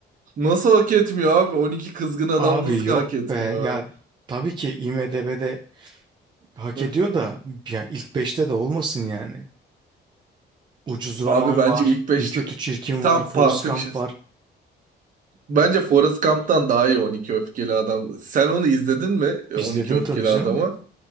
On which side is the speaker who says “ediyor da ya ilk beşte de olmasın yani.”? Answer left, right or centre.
Right